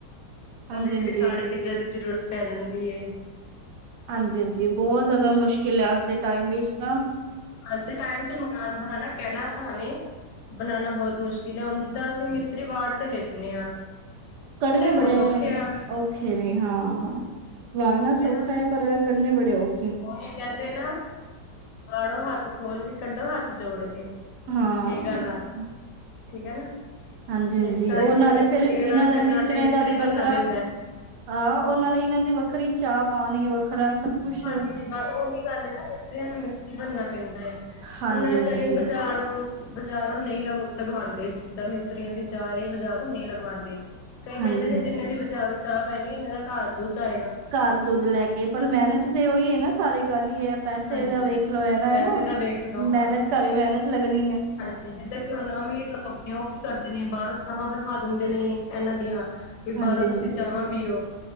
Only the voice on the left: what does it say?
ਉਹਦੇ
ਚ
ਵੀ ਸਾਰੀ ਚੀਜ਼ਾਂ ਦੀ ਜ਼ਰੂਰਤ ਪੈ ਜਾਂਣੀ ਐ
ਅੱ ਦੇ ਟਾਈਮ ਚ ਮਕਾਨ ਬਣਾਣਾ, ਕਹਿਣਾ ਆਸਾਨ ਏ ਬਣਾਉਣਾ ਬਹੁਤ ਮੁਸ਼ਕਿਲ ਹੈ, ਹੁਣ ਜਿੱਦਾਂ ਅਸੀਂ ਮਿਸਤਰੀ ਵਾਹੜ ਤੇ ਲੈਂਦੇ ਹਾਂ
ਬਹੁਤ
ਔਖੇ ਆ
ਹਨਾ
ਉਹੀ ਕਹਿੰਦੇ ਨਾ ਵਾੜੋ ਹੱਥ ਖੋਲ ਕੇ, ਕੱਢੋ ਹੱਥ ਜੋੜ ਕੇ।
ਇਹ ਗੱਲ ਆ ਠੀਕ ਹੈ ਨਾ
ਇਸ ਕਰਕੇ
ਮਿਸਤਰੀਆਂ
ਨਾਲ
ਫਿਰ
ਨਾਲੇ ਮਿਸਤਰੀ
ਬਣਨਾ
ਪੈਂਦਾ
ਹਾਂਜੀ ਬਸ ਉਹੀ ਗੱਲ ਨਾ, ਮਿਸਤਰੀਆਂ ਨੂੰ ਮਿਸਤਰੀ ਬਣਨਾ ਪੈਂਦਾ ਹੈ
ਹੁਣ ਕਈ ਬਜ਼ਾਰੋਂ ਬਾਜ਼ਾਰੋਂ ਨਹੀਂ ਲ ਲਗਵਾਉਂਦੇ, ਜਿੱਦਾਂ ਮਿਸਤਰੀਆਂ ਦੀ ਚਾਹ, ਬਜ਼ਾਰੋਂ ਨਹੀਂ ਲਗਵਾਉਂਦੇ ਕਈ ਕਹਿੰਦੇ
ਨੇ ਜਿੰਨੇ ਦੀ ਬਾਜ਼ਾਰੋਂ ਚਾਹ ਪੈਣੀ ਐ, ਇਹਨਾਂ ਦਾ ਘਰ ਦੁੱਧ ਆਏਗਾ।
ਹਾਂਜੀ।
ਪੈਸੇ
ਦਾ ਵੇਖ ਲਓ
ਜੀ ਜਿੱਦਾਂ ਕਿ ਉਹਨਾਂ ਅਮੀਰ ਲੋਕ ਨੇ, ਉਹ ਕੀ ਕਰਦੇ ਨੇ, ਬਾਹਰੋਂ ਚਾਵਾਂ ਬਣਵਾ ਦਿੰਦੇ ਨੇ ਇਹਨਾਂ ਦੀਆਂ ਵੀ
ਬਾਹਰੋਂ ਤੁਸੀਂ ਚਾਵਾਂ ਪੀਓ,